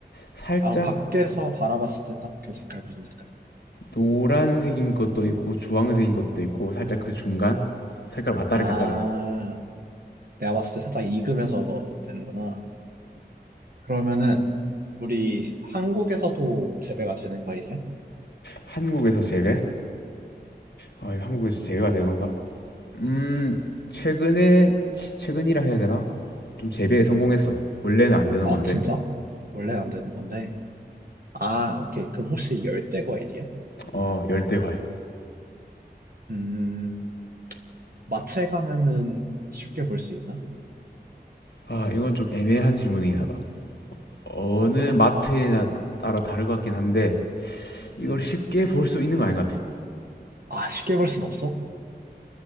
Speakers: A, on the left; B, on the right.
A: 살짝
B: 아, 그럼 밖에서 바라봤을 때 딱 그 색깔 무슨 색깔이야?
A: 노란색인 것도 있고 주황색인 것도 있고 살짝 그 중간 색깔 왔다리
B: 아,
A: 갔다리
B: 내가 봤을 때 살짝 익으면서 되는구나. 그러면은 우리 한국에서도 재배가 되는 과일이야?
A: 한국에서 재배? 아 이거 한국에서 재배가 되는 건가? 음 최근에 최근이라 해야 되나? 좀 재배에 성공했어
B: 음.
A: 원래는 안 되던
B: 아,
A: 건데
B: 진짜? 원래는 안 되는 건데. 아, 오케이. 그럼 혹시 열대 과일이야?
A: 어 열대 과일
B: 음, 마트에 가면은 쉽게 볼 수 있나?
A: 아 이건 좀 애매한 질문이긴 하다 어느
B: 아, 그래?
A: 마트에나 따라 다를 것 같긴 한데 이걸
B: 음.
A: 쉽게 볼 수 있는 거 아닌 것 같아
B: 아, 쉽게 볼 순 없어?